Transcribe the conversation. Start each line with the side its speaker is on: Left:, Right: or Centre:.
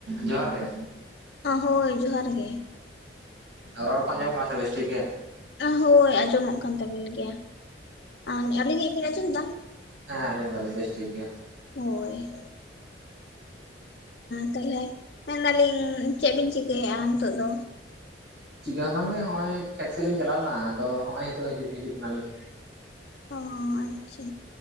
Right: ᱡᱚᱦᱟᱨ ᱜᱮ᱾
Left: ᱦᱳᱭ ᱡᱚᱦᱟᱨ ᱜᱮ᱾
Right: ᱨᱚᱲ ᱠᱚ ᱟᱸᱡᱚᱢᱚᱜ ᱠᱟᱱᱟ ᱵᱮᱥ ᱴᱷᱤᱠ ᱜᱮ᱾
Left: ᱦᱳᱭ ᱟᱸᱡᱚᱢᱚᱜ ᱠᱟᱱ ᱛᱟᱹᱵᱤᱱ ᱜᱮᱭᱟ ᱟᱨ ᱟᱹᱞᱤᱧᱟᱜ ᱵᱤᱱ ᱟᱸᱡᱚᱢ ᱫᱟ?
Right: ᱦᱮᱸᱦᱮᱸ ᱟᱡᱚᱢ ᱫᱟᱞᱤᱧ ᱵᱮᱥ ᱴᱷᱤᱠ ᱜᱮ᱾
Left: ᱦᱳᱭ᱾ ᱛᱟᱦᱞᱮ ᱢᱮᱱᱫᱟᱞᱤᱧ ᱪᱮᱜ ᱵᱤᱱ ᱪᱤᱠᱟᱹᱭᱮᱫᱼᱟ ᱱᱤᱛᱳᱜ ᱫᱚ?
Right: ᱪᱤᱠᱟᱹ ᱦᱚᱸ ᱵᱟᱝᱜᱮ ᱦᱚᱜᱼᱚᱭ ᱠᱷᱮᱛ ᱥᱮᱫ ᱞᱤᱧ ᱪᱟᱞᱟᱣ ᱞᱮᱱᱟ ᱟᱫᱚ ᱦᱚᱸᱜᱼᱚᱭ ᱦᱤᱛᱚᱜ ᱦᱤᱡᱩᱜ ᱦᱤᱡᱩᱜ ᱠᱟᱱᱟᱞᱤᱧ᱾
Left: ᱚ ᱟᱪᱪᱷᱟ᱾